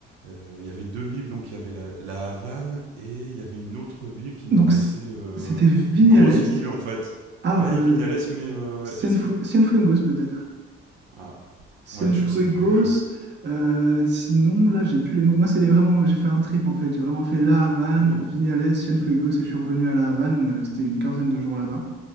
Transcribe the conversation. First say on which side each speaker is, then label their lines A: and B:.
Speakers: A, on the right (about 75°); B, on the right (about 30°).
A: Euh, Il y avait deux villes, donc il y avait la, la Havane et il y avait une autre ville qui me
B: Donc
A: paraissait
B: c-
A: euh,
B: c'était Vignales.
A: une grosse ville, en fait.
B: Ah,
A: Ouais,
B: euh,
A: Vignales, mais euh,
B: Cienfu-
A: est-ce que...
B: Cienfuegos peut-être.
A: Ah,
B: Cienfuegos.
A: ouais, je sais plus. euh,
B: euh, sinon, là, j'ai plus les noms. Moi, c'est les vraiment. J'ai fait un trip en fait. J'ai vraiment fait La Havane,
A: Hmm.
B: Vignales, Cienfuegos et je suis revenu à La Havane. On est resté une quinzaine de jours là-bas.